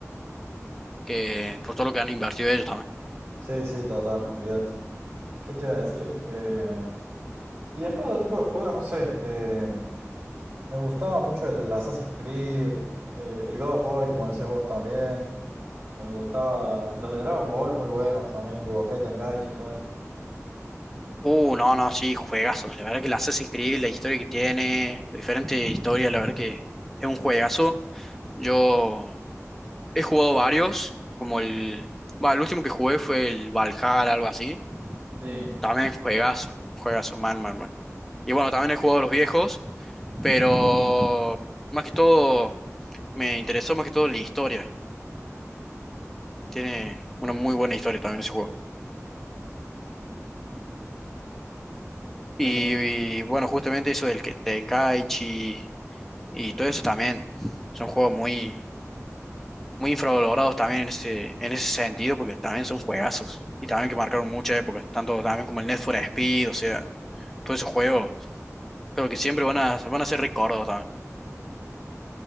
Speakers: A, in the centre; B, on the right.
A: que por todo lo que han invertido ellos también.
B: Sí, sí, total, olvídate. ¿Qué te iba a decir? Eh, y después otro tipo de juego, no sé, eh, me gustaba mucho el Assassin's Creed, eh, el God of War, como decías vos también. Me gustaban los de Dragon Ball, muy buenos también, Budokai Tenkaichi y todo eso.
A: Uh, no, no, sí, juegazos. La verdad que la haces increíble, la historia que tiene, diferentes historias, la verdad que es un juegazo. Yo he jugado varios, como el... Va, el último que jugué fue el Valhalla, algo así.
B: Sí,
A: También juegazo, juegazo, mal, mal, mal. Y bueno, también he jugado los viejos, pero más que todo me interesó más que todo la historia. Tiene una muy buena historia también ese juego. Y,
B: sí.
A: y, bueno, justamente eso del que- Tenkaichi y todo eso también son juegos muy, muy infravalorados también en ese, en ese sentido, porque también son juegazos y también que marcaron muchas épocas, tanto también como el Need for Speed, o sea, todos esos juegos, creo que siempre van a, van a ser recordados también.